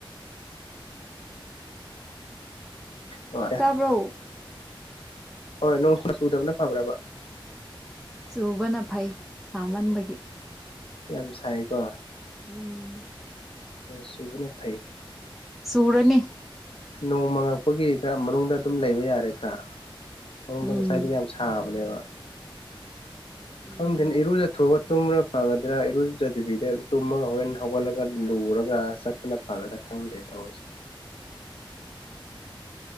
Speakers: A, on the left; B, in the centre.
A: ꯅꯨꯡꯉꯥꯏꯔꯦ
B: ꯇꯕ
A: ꯍꯣꯏ ꯅꯣꯡꯁꯨꯨꯅ ꯁꯨꯗꯕꯅ ꯐꯕ꯭ꯔꯕ
B: ꯁꯨꯕꯅ ꯐꯥꯏ ꯁꯃꯟꯕꯒꯤ
A: ꯌꯥꯝ ꯁꯥꯏꯀꯣ
B: ꯎꯝ
A: ꯁꯨꯕꯅ ꯐꯩ
B: ꯁꯨꯨꯔꯅꯤ
A: ꯅꯣꯡꯃꯉꯛꯄꯒꯤ ꯈꯔ ꯃꯅꯨꯡꯗ ꯑꯗꯨꯝ ꯂꯩꯕ ꯌꯥꯔꯦ ꯈꯔ ꯃꯅꯨꯡꯗ
B: ꯎꯝ
A: ꯉꯁꯥꯏꯗꯤ ꯌꯥꯝ ꯁꯥꯕꯅꯦꯕ <unintelligible>
B: ꯎꯝ
A: ꯈꯪꯗꯦꯅꯤ ꯏꯔꯖ ꯊꯑ ꯇꯨꯝꯕꯥ ꯐꯒꯗ꯭ꯔꯥ ꯏꯔꯨꯖꯗꯕꯤꯗ ꯇꯨꯝꯃꯒ ꯍꯣꯔꯦꯟ ꯍꯧꯒꯠꯂꯒ ꯂꯨꯔꯒ ꯆꯠꯄꯅ ꯐꯒꯗ꯭ꯔꯥ ꯈꯪꯗ꯭ꯔꯦ ꯊꯑꯣꯏꯁꯦ